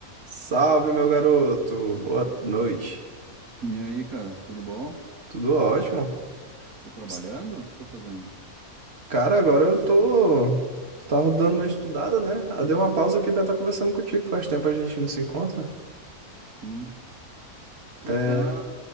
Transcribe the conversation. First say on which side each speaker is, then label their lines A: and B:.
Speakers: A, on the right; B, on the right.
A: Salve, meu garoto. Boa noite.
B: E aí, cara, tudo bom?
A: Tudo ótimo?
B: Tá trabalhando?
A: Ps,
B: O que tá fazendo?
A: Cara, agora eu tô. Tava dando uma estudada, né? Eu dei uma pausa aqui pra estar conversando contigo. Faz tempo a gente não se encontra.
B: Sim. Tu
A: É,
B: tá,